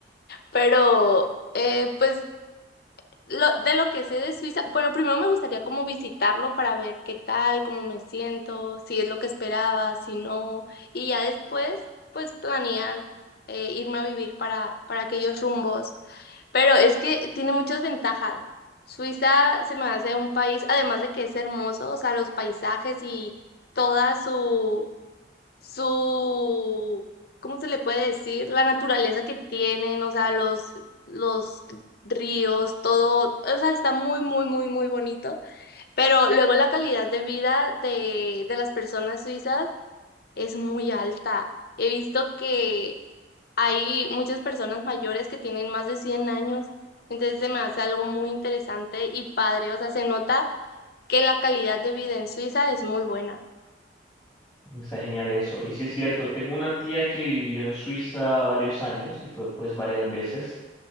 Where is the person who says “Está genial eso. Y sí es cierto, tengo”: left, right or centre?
Centre